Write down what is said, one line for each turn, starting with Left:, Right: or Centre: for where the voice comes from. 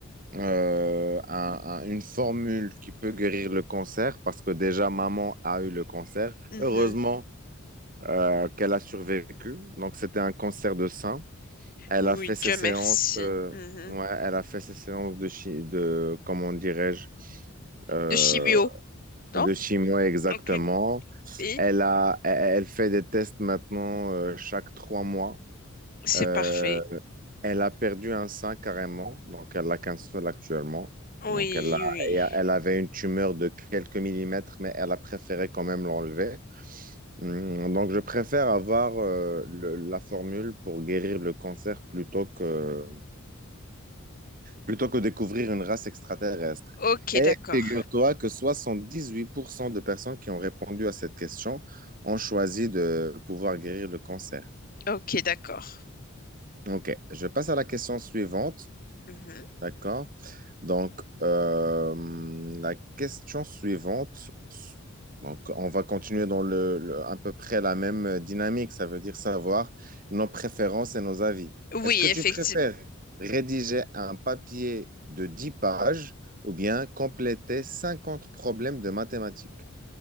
Right: euh, un- un- une formule qui peut guérir le cancer parce que déjà, maman a eu le cancer.
Left: Mhm.
Right: Heureusement euh, qu'elle a survécu. Donc, c'était un cancer de sein. Elle
Left: Oui,
Right: a fait ses
Left: Dieu
Right: séances...
Left: merci.
Right: euh,
Left: Mhm.
Right: ouais, elle a fait ses séances de, chi- de comment dirais-je, euh,
Left: De chimio, non?
Right: De chimio, exactement.
Left: Aucune. Et
Right: Elle a, elle elle fait des tests maintenant euh, chaque trois mois.
Left: c'est
Right: Euh,
Left: parfait.
Right: elle a perdu un sein carrément, donc elle a qu'un seul actuellement.
Left: Oui,
Right: Donc elle a,
Left: oui.
Right: et elle avait une tumeur de quelques millimètres, mais elle a préféré quand même l'enlever. Hum, Donc je préfère avoir euh, le- la formule pour guérir le cancer plutôt que plutôt que découvrir une race extraterrestre.
Left: Ok,
Right: Et
Left: d'accord.
Right: figure-toi que 78% de personnes qui ont répondu à cette question ont choisi de pouvoir guérir le cancer.
Left: Ok, d'accord.
Right: OK, je passe à la question suivante.
Left: Mhm.
Right: D'accord. Donc, euh, la question suivante, donc on va continuer dans le, le- à peu près la même dynamique, ça veut dire savoir nos préférences et nos avis.
Left: Oui,
Right: Est-ce que tu
Left: effectivement.
Right: préfères rédiger un papier de 10 pages ou bien compléter 50 problèmes de mathématiques?